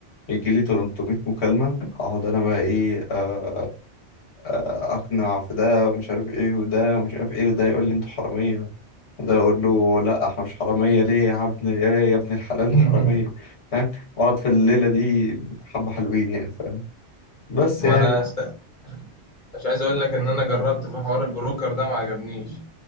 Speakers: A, on the left; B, on the left.
A: يجي لي 300 مكالمة أقعد أنا بقى إيه آه، اقنع في ده ومش عارف ايه وده ومش عارف ايه وده يقول لي انت حراميه وده يقول له لا احنا مش حراميه ليه يا ابني ايه يا ابن الحلال
B: <laughs>
A: حراميه فاهم واقعد في الليله دي حبه حلوين يعني فاهم بس
B: ما
A: يعني
B: انا است... مش عايز اقول لك ان انا جربت في حوار البروكر ده ما عجبنيش